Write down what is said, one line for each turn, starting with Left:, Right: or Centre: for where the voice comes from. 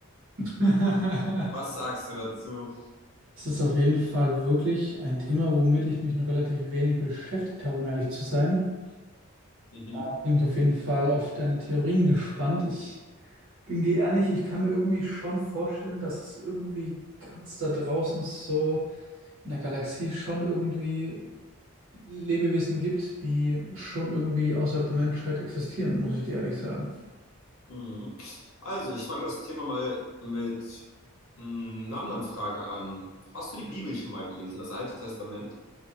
Right: <laughs>
Left: Was sagst du dazu?
Right: Es ist auf jeden Fall wirklich ein Thema, womit ich mich noch relativ wenig beschäftigt habe, um ehrlich zu sein.
Left: Mhm,
Right: Da bin ich auf jeden Fall auf deine Theorien gespannt. Ich bin dir ehrlich, ich kann mir irgendwie schon vorstellen, dass es irgendwie ganz da draußen so in der Galaxie schon irgendwie Lebewesen gibt, die schon irgendwie außerhalb der Menschheit existieren, muss ich dir ehrlich sagen.
Left: mhm. Also ich fange das Thema mal mit mh, einer anderen Frage an. Hast du die Bibel schon mal gelesen, das Alte Testament?